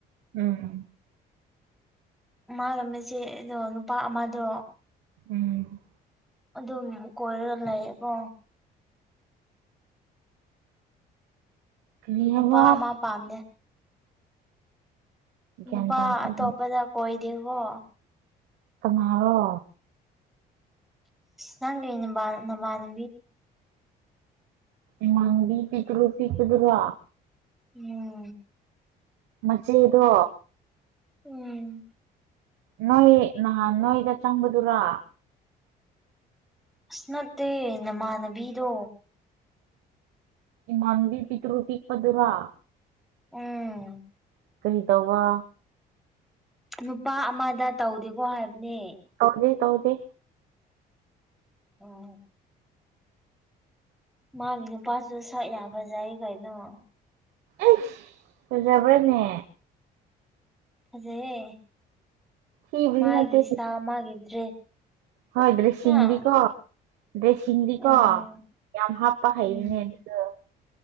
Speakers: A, on the right; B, in the centre.
A: ꯎꯝ
B: ꯃꯥꯂꯝꯝꯃꯤꯁꯦ ꯑꯗꯣ ꯅꯨꯄꯥ ꯑꯃꯗꯣ
A: ꯎꯝ
B: ꯑꯗꯨꯝ ꯀꯣꯏꯔꯒ ꯂꯩꯌꯦꯀꯣ
A: ꯀꯔꯤ
B: ꯅꯨꯄꯥ
A: ꯍꯥꯏꯕ
B: ꯑꯃ ꯄꯥꯝꯅꯦ
A: ꯒ꯭ꯌꯥꯟ
B: ꯅꯨꯄꯥ
A: ꯇꯥꯗꯦ
B: ꯑꯇꯣꯞꯄꯗ ꯀꯣꯏꯗꯦꯀꯣ
A: ꯀꯅꯥꯔꯣ
B: ꯅꯪꯦꯅꯤ ꯅꯝꯕꯅꯝꯕꯗꯨ
A: ꯏꯃꯥꯟꯅꯕꯤ ꯄꯤꯛꯇꯔꯨ ꯄꯤꯛꯄꯗꯨꯔꯣ
B: ꯎꯝ
A: ꯃꯆꯦꯗꯣ
B: ꯎꯝ
A: ꯅꯣꯏ ꯅꯍꯥꯟ ꯅꯣꯏꯗ ꯆꯪꯕꯗꯨꯔꯥ
B: ꯑꯁ ꯅꯠꯇꯦ ꯅꯃꯥꯟꯅꯕꯤꯗꯣ
A: ꯏꯃꯟꯅꯥꯕꯤ ꯄꯤꯇꯔꯨ ꯄꯤꯛ ꯄꯗꯨꯔꯥ
B: ꯎꯝ
A: ꯀꯩ ꯇꯧꯕꯧꯕ
B: ꯅꯨꯄꯥ ꯑꯃꯗ ꯇꯧꯗꯦꯀꯣ ꯍꯥꯏꯕꯅꯦ
A: ꯍꯧꯗꯤ ꯇꯧꯗꯤ
B: ꯎꯝ ꯃꯥꯕꯤꯅ ꯄꯆ ꯁ ꯌꯥꯕꯖꯥꯌꯦꯒꯩꯅꯣ
A: ꯑꯦ ꯍꯖꯕ꯭ꯔꯅꯦ
B: ꯐꯖꯩꯌꯦ
A: ꯊꯤꯕꯗꯤ
B: ꯃꯥꯒꯤ
A: ꯅꯠꯇꯦ
B: ꯏꯁꯇꯥꯏꯜ ꯃꯥꯒꯤ ꯗ꯭ꯔꯦꯁ
A: ꯍꯣꯏ ꯗ꯭ꯔꯦꯁꯤꯡꯗꯤꯀꯣ
B: ꯍꯥ
A: ꯗ꯭ꯔꯦꯁꯤꯡꯗꯤꯀꯣ
B: ꯎꯝ
A: ꯌꯥꯝ ꯍꯥꯞꯄ ꯍꯩꯕꯅꯦ
B: ꯎꯝ
A: ꯑꯗꯨ